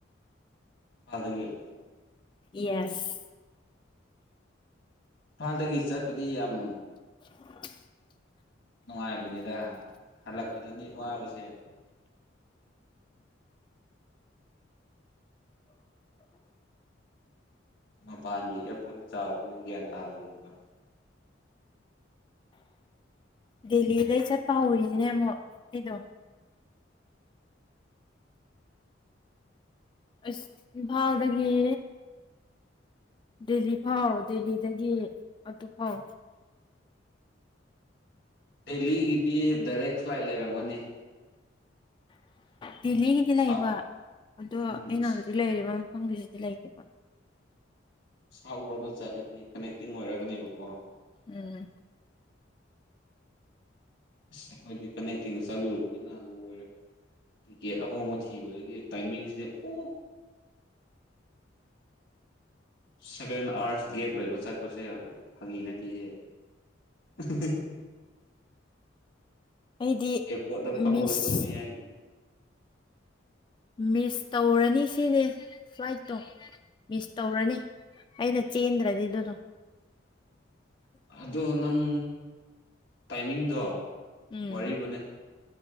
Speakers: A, on the left (about 70°); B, on the left (about 25°).
A: ꯐꯗꯒꯦ
B: ꯌꯦꯁ
A: ꯏꯝꯐꯥꯜꯗꯒꯤ ꯆꯠꯄꯗꯤ ꯌꯥꯝ
B: <unintelligible>
A: ꯅꯨꯡꯉꯥꯏꯕꯅꯤꯗ ꯍꯜꯂꯛꯄꯗꯗꯤ ꯋꯥꯕꯁꯦ ꯃꯄꯥꯟꯒꯤ ꯑꯦꯌꯥꯔꯄꯣꯔꯠꯇ ꯆꯥꯎꯕꯅꯤꯅ ꯒ꯭ꯌꯥꯟ ꯇꯥꯗꯕꯅꯤꯕ
B: ꯗꯦꯜꯂꯤꯗꯩ ꯆꯠꯄ ꯍꯧꯔꯤꯅꯤꯅ‌ꯦ ꯑꯩꯗꯣ ꯑꯁ ꯏꯝꯐꯥꯜꯗꯒꯤ ꯗꯦꯜꯂꯤ ꯐꯥꯎ ꯗꯦꯜꯂꯤꯗꯒꯤ ꯑꯗꯨ ꯐꯥꯎ
A: ꯗꯦꯜꯂꯤꯒꯤꯗꯤ ꯗꯥꯏꯔꯦꯛ ꯐ꯭ꯂꯥꯏꯠ ꯂꯩꯔꯝꯒꯅꯤ
B: ꯗꯦꯜꯂꯤꯒꯤꯗꯤ ꯂꯩꯕ
A: ꯁꯥꯎꯠ
B: ꯑꯗꯣ
A: ꯎꯝ
B: ꯑꯩꯅ ꯍꯧꯖꯤꯛ ꯂꯩꯔꯤꯕ ꯃꯐꯝꯒꯤꯁꯤꯗꯤ ꯂꯩꯇꯦꯕ
A: ꯍꯥꯎꯔꯣꯅ ꯆꯠꯂꯗꯤ ꯀꯅꯦꯛꯇꯤꯡ ꯑꯣꯏꯔꯒꯅꯦꯕꯀꯣ
B: ꯎꯝ
A: ꯑꯁ ꯑꯩꯈꯣꯏꯗꯤ ꯀꯅꯦꯛꯇꯤꯡꯅ ꯆꯠꯂꯨꯔꯕꯅꯤꯅ ꯂꯣꯏꯔꯦ ꯇꯤꯀꯦꯠ ꯑꯍꯣꯡꯕ ꯊꯤꯕꯗꯗꯤ ꯇꯥꯏꯃꯤꯡꯁꯤꯗꯤ ꯑꯣ ꯁꯚꯦꯟ ꯑꯥꯋꯥꯔꯁ ꯒꯦꯞ ꯂꯩꯕ ꯆꯠꯄꯁꯦ ꯐꯥꯒꯤ ꯅꯠꯇꯦꯍꯦ <unintelligible>
B: ꯑꯩꯗꯤ
A: ꯑꯦꯔꯄꯣꯔꯠꯗ ꯐꯥꯝꯃꯒ
B: ꯃꯤꯁ
A: ꯇꯨꯝꯃ‌ꯦ ꯑꯩ
B: ꯃꯤꯁ ꯇꯧꯔꯅꯤ ꯁꯤꯅꯦ ꯐ꯭ꯂꯥꯏꯠꯇꯣ ꯃꯤꯁ ꯇꯧꯔꯅꯤ ꯑꯩꯅ ꯆꯦꯟ꯭ꯗꯔꯗꯤ ꯑꯗꯨ ꯗ‌ꯣ
A: <unintelligible> ꯑꯗꯣ ꯅꯪ ꯇꯥꯏꯃꯤꯡꯗꯣ
B: ꯎꯝ
A: ꯋꯥꯔꯤꯕꯨꯅꯦ